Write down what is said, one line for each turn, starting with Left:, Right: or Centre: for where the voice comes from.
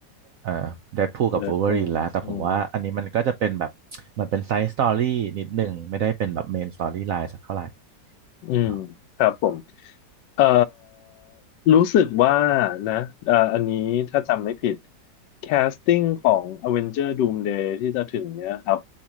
Right: เอ่อเดดพูลกับวูล์ฟเวอรีนแล้วแต่ผมว่าอันนี้มันก็จะเป็นแบบเหมือนเป็นไซด์สตอรี่นิดหนึ่งไม่ได้เป็นแบบเมนสตอรี่ไลน์สักเท่าไหร่
Left: เดดพูลอืม อืมครับผม
Right: เนอะ
Left: เอ่อรู้สึกว่านะเอ่ออันนี้ถ้าจำไม่ผิดแคสติ้งของ Avenger Doomsday ที่จะถึงเนี้ยครับ